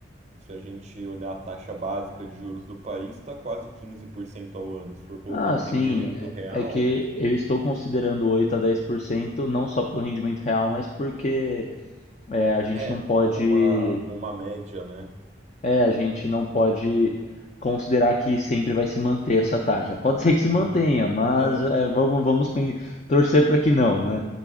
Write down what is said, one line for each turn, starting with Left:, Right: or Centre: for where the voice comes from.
Right: se a gente olhar a taxa básica de juros do país, está quase 15% ao ano. Se for colocar
Left: Ah,
Right: um
Left: sim,
Right: rendimento real,
Left: é que eu estou considerando 8 a 10%, não só pelo rendimento real, mas porque é, a gente
Right: é
Left: não pode,
Right: como uma, como uma média, né?
Left: é, a gente não pode considerar que sempre vai se manter essa taxa. Pode ser que se
Right: Sim,
Left: mantenha,
Right: <laughs>
Left: mas
Right: é.
Left: é, vamos, vamos pen- torcer para que não, né?